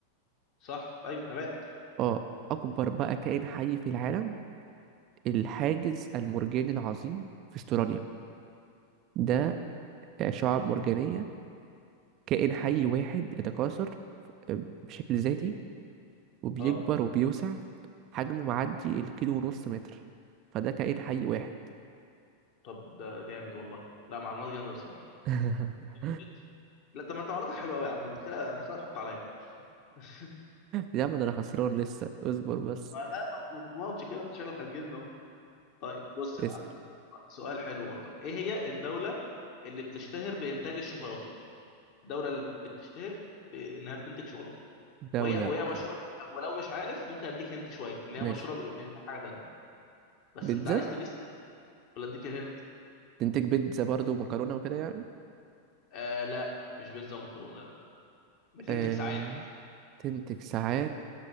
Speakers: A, on the left; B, on the right.
A: صح طيب نبات
B: اه اكبر بقى كائن حي في العالم الحاجز المرجاني العظيم في استراليا ده شعاب مرجانية كائن حي واحد يتكاثر آه، بشكل ذاتي وبيكبر
A: اه
B: وبيوسع حجمه معدي الكيلو ونص متر فده كائن حي واحد
A: طب ده جامد والله لا معلومات جامده بصراحه
B: <laughs>
A: حلو جدا لا طب ما انت معلوماتك حلوه قوي يا عم ده انت كده انت كده هتحط عليا <laughs>
B: يا عم ده انا خسران لسه اصبر بس
A: آه، لا ما انت ما تضمنش كده انت شكلك هتجيبني اهو طيب بص يا
B: اسأل
A: معلم سؤال حلو برضك ايه هي الدوله اللي بتشتهر بانتاج الشوكولاته الدوله اللي بتشتهر انها بتنتج شوكولاته
B: دولة
A: وهي وهي
B: بت...
A: مشهوره بح... ولو مش عارف ممكن اديك هنت شويه ان
B: ماشي
A: هي مشهوره ب- بانتاج حاجه تانيه بس
B: بيتزا
A: انت عايز تجس دلوقتي ولا اديك الهنت
B: تنتج بيتزا برضو ومكرونة وكده يعني
A: آه لا مش بيتزا ومكرونه لا بتنتج
B: آه...
A: ساعات
B: تنتج ساعات